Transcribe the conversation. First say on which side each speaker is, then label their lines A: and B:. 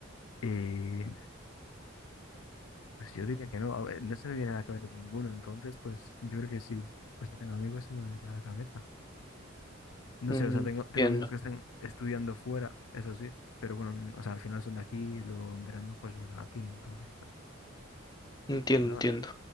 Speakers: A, on the left (about 80°); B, on the left (about 20°).
A: Eh, Pues yo diría que no, a ver, no se me viene a la cabeza ninguno, entonces pues yo creo que si pues tengo amigos se me vendría a la cabeza. No
B: Mm,
A: sé, o sea, tengo, tengo
B: Entiendo,
A: amigos que están estudiando fuera, eso sí, pero bueno, n- o sea, al final son de aquí y luego en verano pues viven aquí, entonces pues
B: entiendo,
A: nada.
B: entiendo.